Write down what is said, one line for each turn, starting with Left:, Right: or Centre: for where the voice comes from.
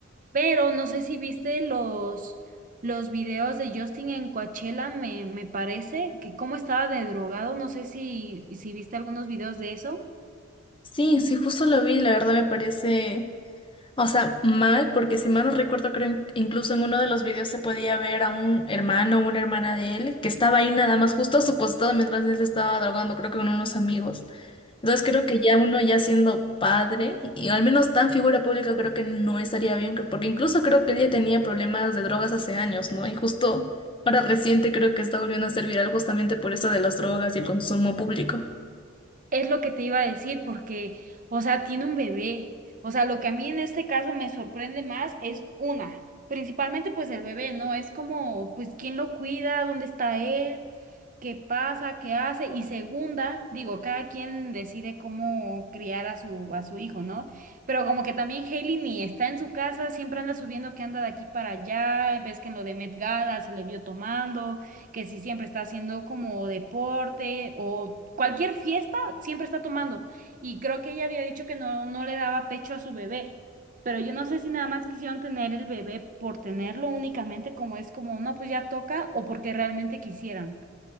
Right: pero no sé si viste los, los videos de Justin en Coachella, me, me parece, que cómo estaba de drogado, no sé si, si viste algunos videos de eso.
Left: Sí, sí, justo lo vi, la verdad me parece... O sea, mal, porque si mal no recuerdo, creo in- incluso en uno de los videos se podía ver a un hermano o una hermana de él que estaba ahí nada más justo a su costado mientras él se estaba drogando, creo que con unos amigos. Entonces creo que ya uno ya siendo padre, y al menos tan figura pública, creo que no estaría bien, que- porque incluso creo que él ya tenía problemas de drogas hace años, ¿no? Y justo ahora reciente creo que está volviendo a ser viral justamente por eso de las drogas y el consumo público.
Right: Es lo que te iba a decir, porque, o sea, tiene un bebé. O sea, lo que a mí en este caso me sorprende más es una, principalmente pues el bebé, ¿no? Es como, pues, ¿quién lo cuida? ¿Dónde está él? ¿Qué pasa? ¿Qué hace? Y segunda, digo, cada quien decide cómo criar a su, a su hijo, ¿no? Pero como que también Hailey ni está en su casa, siempre anda subiendo que anda de aquí para allá, ves que en lo de Met Gala se le vio tomando que si siempre está haciendo como deporte o cualquier fiesta siempre está tomando. Y creo que ella había dicho que no, no le daba pecho a su bebé. Pero yo no sé si nada más quisieron tener el bebé por tenerlo únicamente como es como, no, pues ya toca o porque realmente quisieran.